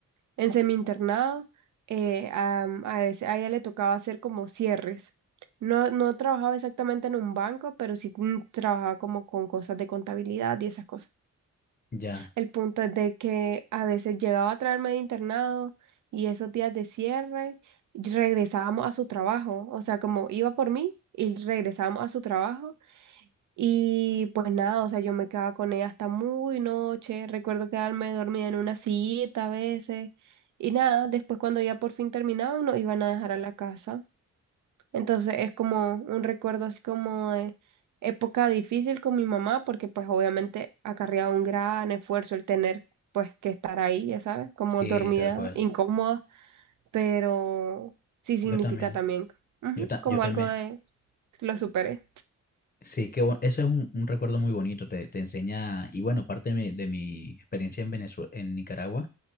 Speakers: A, on the right; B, on the left.
A: en semi-internado, eh, a, a ese- a ella le tocaba hacer como cierres. No, no trabajaba exactamente en un banco, pero sí mm, trabajaba como con cosas de contabilidad y esas cosas.
B: ya,
A: El punto es de que a veces llegaba a traerme de internado y esos días de cierre regresábamos a su trabajo. O sea, como iba por mí y regresábamos a su trabajo y pues nada, o sea, yo me quedaba con ella hasta muy noche. Recuerdo quedarme dormida en una sillita a veces. Y nada, después cuando ya por fin terminaban, nos iban a dejar a la casa. Entonces es como un recuerdo así como de época difícil con mi mamá, porque pues obviamente acarreaba un gran esfuerzo el tener pues que estar ahí, ya sabes, como
B: sí,
A: dormida,
B: tal cual.
A: incómoda, pero sí significa
B: Yo también,
A: también ujú,
B: yo, ta-
A: como
B: yo también.
A: algo de lo superé.
B: Sí, que eso es un, un recuerdo muy bonito, te, te enseña, y bueno, parte de mi, de mi experiencia en Venezuela, en Nicaragua